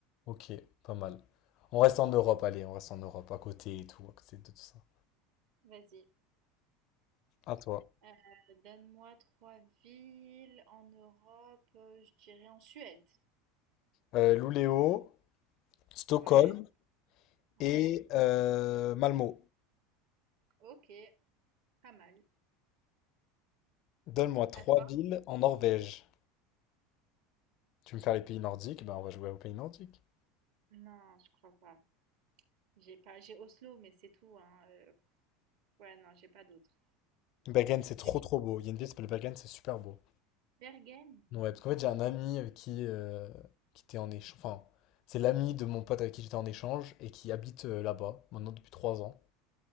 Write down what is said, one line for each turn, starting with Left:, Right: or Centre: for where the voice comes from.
Left: ok, pas mal. On reste en Europe, allez, on reste en Europe, à côté et tout, à côté de tout ça.
Right: Vas-y.
Left: À toi.
Right: Euh, donne-moi trois villes en Europe, euh, je dirais en Suède.
Left: Euh, Luleå, Stockholm
Right: Ouais, ouais.
Left: et euh, Malmö.
Right: Ok, pas mal.
Left: Donne-moi trois
Right: À toi?
Left: villes en Norvège. Tu veux me faire les pays nordiques? Ben, on va jouer aux pays nordiques.
Right: Non, je crois pas. J'ai pas, j'ai Oslo, mais c'est tout, hein. euh, Ouais, non, j'ai pas d'autres.
Left: Bergen, c'est trop
Right: J'ai
Left: trop beau. Il y a une ville qui s'appelle Bergen, c'est super beau.
Right: Bergen.
Left: Ouais, parce qu'en fait, j'ai un ami avec qui, euh, qui était en échange. Enfin, c'est l'ami de mon pote avec qui j'étais en échange et qui habite euh, là-bas, maintenant depuis trois ans.